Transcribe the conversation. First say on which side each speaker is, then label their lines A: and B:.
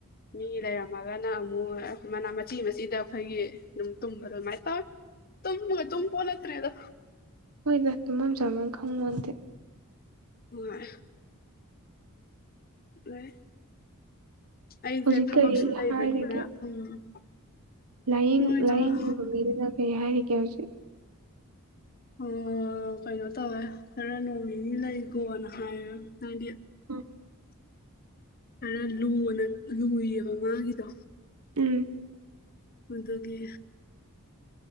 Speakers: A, on the left; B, on the right.
A: ꯃꯤ ꯂꯩꯔꯝꯃꯒꯅ ꯑꯃꯨ ꯃꯣꯏ ꯃꯅꯥ ꯃꯆꯤ ꯃꯆꯤꯗ ꯐꯩꯒꯤ ꯗꯨꯝ ꯇꯨꯝꯕꯗꯣ ꯑꯃꯥꯏ ꯇꯧꯋꯦ ꯇꯨꯝꯕꯒ ꯇꯨꯝꯄꯣꯠ ꯅꯠꯇ꯭ꯔꯦꯗ
B: ꯍꯣꯏꯕ ꯇꯨꯝꯕꯝ ꯆꯥꯕꯝ ꯈꯪꯕꯅꯠꯇꯦ
A: ꯃꯣꯏ ꯑꯦ ꯑꯩꯁꯦ
B: ꯍꯧꯖꯤꯛ
A: ꯊꯕꯛꯁꯨ
B: ꯀꯔꯤ
A: ꯂꯩꯕꯅꯤꯅ
B: ꯍꯥꯏꯔꯤꯒꯦ
A: ꯎꯝ
B: ꯂꯥꯏꯌꯦꯡ
A: ꯃꯣꯏꯗꯣ
B: ꯂꯥꯏꯌꯦꯡꯉꯤꯕ
A: ꯑꯥ
B: ꯃꯤꯗꯨꯅ ꯀꯩ ꯍꯥꯏꯔꯤꯒꯦ ꯍꯧꯖꯤꯛ
A: ꯑꯣ ꯀꯩꯅꯣ ꯇꯧꯋꯦ ꯈꯔ ꯅꯣꯡ ꯅꯤ ꯂꯩꯒꯣꯅ ꯍꯥꯏꯔꯝ ꯍꯥꯏꯗꯤ
B: ꯎꯝ
A: ꯈꯔ ꯂꯨꯅ ꯂꯨꯏꯌꯦꯕ ꯃꯥꯒꯤꯗꯣ
B: ꯎꯝ
A: ꯃꯗꯨꯒꯤ